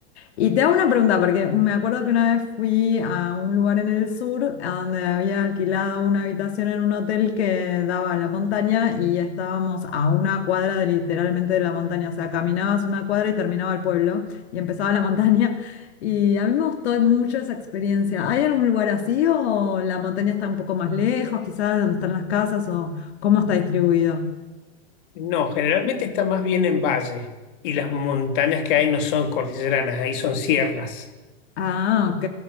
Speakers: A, on the left; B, on the left.
A: Y te hago una pregunta, porque me acuerdo que una vez fui a un lugar en el sur a donde había alquilado una habitación en un hotel que daba a la montaña y estábamos a una cuadra de, literalmente de la montaña. O sea, caminabas una cuadra y terminaba el pueblo y empezaba la montaña. Y a mí me gustó mucho esa experiencia. ¿Hay algún lugar así o la montaña está un poco más lejos, quizás de donde están las casas o cómo está distribuido?
B: No, generalmente está más bien en valle. Y las montañas que hay no son cordilleranas, ahí son sierras.
A: Ah, ok.